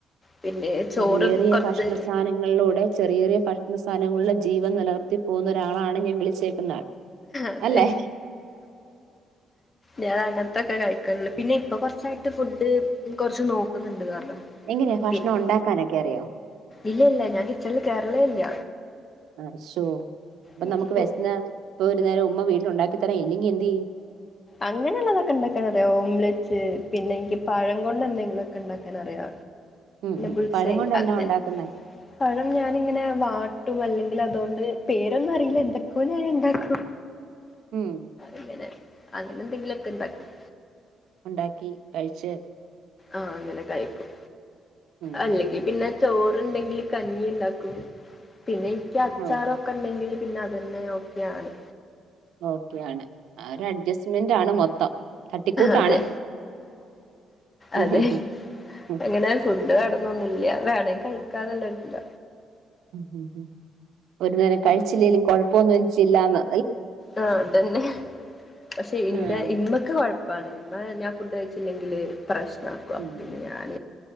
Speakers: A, on the left (about 30°); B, on the right (about 80°).
A: പിന്നെ ചോറ്
B: ചെറിയ ചെറിയ
A: കുറച്ച്
B: ഭക്ഷണ സാനങ്ങളിലൂടെ ചെറിയ ചെറിയ ഭക്ഷണ സാധങ്ങളിൽ ജീവൻ നിലനിർത്തി പോകുന്ന ഒരാളാണ് ഞാൻ വിളിച്ചേക്കുന്ന ആൾ,
A: അതെ
B: അല്ലേ
A: ഞാൻ അങ്ങനത്തൊക്കെ കഴിക്കണ പിന്നെ ഇപ്പൊ കുറച്ചയിട്ട് ഫുഡ് കുറച്ച് നോക്കുന്നുണ്ട് കാരണം
B: എങ്ങനെയാ ഭക്ഷണം
A: പിന്നെ
B: ഉണ്ടാക്കാനൊക്കെ അറിയോ
A: ഇല്ല ഇല്ല ഞാൻ കിച്ചണിൽ കയറെലെ ഇല്ല
B: ആ ഷോ അപ്പൊ
A: എനിക്ക്
B: നമുക്ക്
A: ഫുഡ്
B: വേഷന്നാ ഇപ്പൊ ഒരു നേരം ഉമ്മ വീട്ടിൽ ഉണ്ടാക്കിത്തരാൻ ഇല്ലെങ്കി എന്ത്‌ ചെയ്യും
A: അങ്ങനെുള്ളതൊക്കെ ഉണ്ടാക്കാൻ അറിയാം ഓംലറ്റ്സ് പിന്നെ എനിക്ക് പഴം കൊണ്ട് എന്തെങ്കിലുംക്കെ ഉണ്ടാക്കാൻ അറിയാ
B: ഉം ഉം
A: ബുൾസ
B: പഴം കൊണ്ട് എന്നാ
A: അങ്ങനെ
B: ഉണ്ടാക്കുന്നെ
A: പഴം ഞാനിങ്ങനെ വാ ട്ടും. അല്ലെങ്കിൽ അതുകൊണ്ട് പേരൊന്നും അറിയില്ല എന്താക്കഞൻണ്ടാക്കും
B: ഉം
A: ഇങ്ങനെ അങ്ങനെ എന്തെങ്കിലുംക്കെ ഇണ്ടാക്കും
B: ഉണ്ടാക്കി കഴിച്ച്
A: ആഹ അങ്ങനെ കഴിക്കും
B: ഉം
A: അല്ലെങ്കി
B: ഉം, ഉം.
A: പിന്നെ ചോറ് ണ്ടെങ്കിൽ കഞ്ഞി ഉണ്ടാക്കും പിന്നെ എനിക്ക് അച്ചാറൊക്കെ
B: ഓഹോ
A: ഉണ്ടെങ്കിൽ പിന്നെ അതുന്നെ ഓക്കെയാണ്
B: ഓക്കൊണ് ഒരു അഡ്ജസ്റ്റ്മെന്റ് ആണ് മൊത്തം തട്ടിക്കൂട്ടാണ്
A: അതെ
B: ഉം
A: അതെ
B: ഉം ഉം ഉം
A: അങ്ങനെ ഫുഡ് വേണോന്നോന്നുല്ല വേണെ കഴിക്കാല്ലത്തില്ല
B: ഉ ഉംം ഒരു നേരം കഴിച്ചില്ലേങ്കലും കൊഴപ്പൊന്നും എനിച്ചില്ലന്ന്
A: ആ അതന്നെ പക്ഷെ ഇന്റെ
B: ആഹ്
A: ഇമ്മൊക്കെ കൊഴപ്പാണ് ഇമ്മ ഞാൻ ഫുഡ് കയിച്ചില്ലെങ്കിൽ പ്രശ്നമാക്കും അന്ന
B: ഉം
A: ഞാൻ